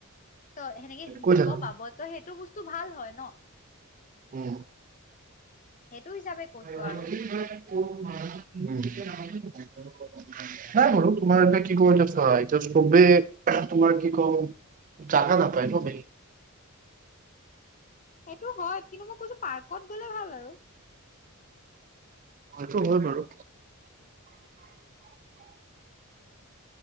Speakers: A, on the left (about 35°); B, on the right (about 35°).
A: ত সেনেকে শিকিব
B: কৈ থাকা
A: পাব ত' সেইটো বস্তু ভাল হয় ন?
B: উম
A: সেইটো হিচাপে কৈছো
B: <inaudible>
A: আৰু।
B: নাই বোলোঁ। তোমাৰ এতিয়া কি ক'ব <unintelligible> এতিয়া চবে তোমাৰ কি কম জাগা নাপায় ন বে?
A: সেইটো হয় কিন্তু মই কৈছোঁ পাৰ্কত গ'লে ভাল আৰু।
B: সেইটো হয় বাৰু।